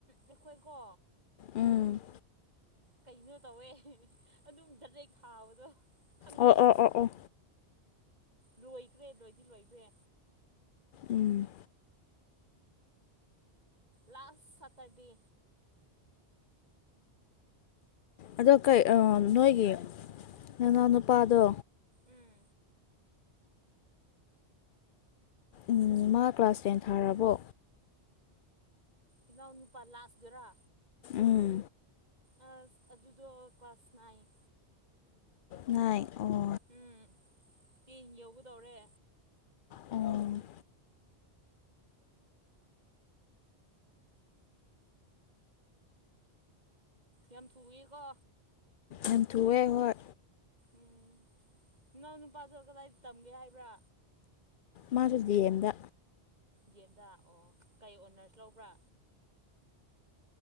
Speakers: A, on the right; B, on the left.
A: ꯑꯩꯈꯣꯏꯀꯣ
B: ꯎꯝ
A: ꯀꯩꯅꯣ ꯇꯧꯋꯦ ꯑꯗꯨꯝ ꯗꯦꯛ ꯊꯥꯎꯕꯗꯣ ꯈꯪꯗꯦ
B: ꯑꯣ
A: ꯑꯩꯁꯨ
B: ꯑꯣ ꯑꯣ ꯑꯣ
A: ꯂꯣꯏꯈ꯭ꯔꯦ ꯂꯣꯏꯗꯤ ꯂꯣꯏꯈ꯭ꯔꯦ
B: ꯎꯝ
A: ꯂꯥꯁ ꯁꯇꯔꯗꯦ
B: ꯑꯗꯣ ꯀꯩ ꯅꯣꯏꯒꯤ ꯅꯅꯥꯎ ꯅꯨꯄꯥꯗꯣ
A: ꯎꯝ
B: ꯎ ꯃꯥ ꯀ꯭ꯂꯥꯁ ꯇꯦꯟ ꯊꯥꯔꯕꯣ
A: ꯏꯅꯥꯎ ꯅꯨꯄꯥ ꯂꯥꯁꯗꯔꯥ
B: ꯎꯝ
A: ꯑ ꯑꯗꯨꯗꯣ ꯀ꯭ꯂꯥꯁ ꯅꯥꯏꯟ
B: ꯅ ꯑꯣ
A: ꯎꯝ ꯇꯤ ꯌꯒꯗꯧꯔꯦ
B: ꯎꯝ
A: ꯌꯥꯝ ꯆꯨꯏꯀꯣ
B: ꯑꯟꯊꯑꯦ ꯍꯣꯏ
A: ꯎꯝ ꯏꯅꯥꯎ ꯅꯨꯄꯥꯗꯣ ꯀꯗꯥꯏꯗ ꯇꯝꯒꯦ ꯍꯥꯏꯕ꯭ꯔꯥ
B: ꯃꯥꯁꯨ ꯑꯦꯝꯗ
A: ꯌꯦꯗꯥ ꯑꯣ ꯀꯩ ꯑꯣꯅꯔꯁ ꯂꯧꯕ꯭ꯔꯥ